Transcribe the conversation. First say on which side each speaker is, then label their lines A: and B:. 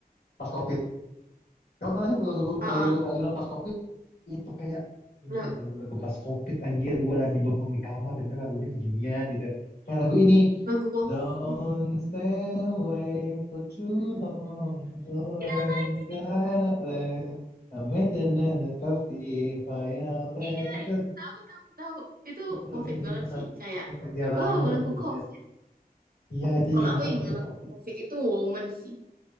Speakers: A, on the left; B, on the right.
A: pas COVID. Kamu tahu sih lagu
B: Ah,
A: lagu
B: ah,
A: lagu lagu pas COVID itu kayak ini
B: le-
A: lagu lagu pas COVID anjir. Gue lagi bengong di kamar denger lagunya beginian gitu. Kayak lagu ini.
B: lagu COVID.
A: Don't stay away for too long. Don't
B: Ya lagi,
A: go away. I'm making a coffee fire away.
B: iya,
A: Itu
B: itu tahu, tahu, tahu. Itu
A: itu lagunya
B: COVID
A: gila
B: banget
A: nostal-
B: sih, kayak,
A: nostalgia banget
B: wow, lagu
A: buset
B: COVID.
A: Iya itu
B: Kalau
A: juga
B: aku
A: bikin
B: yang
A: anjir
B: lagu
A: banget.
B: COVID itu Woman sih.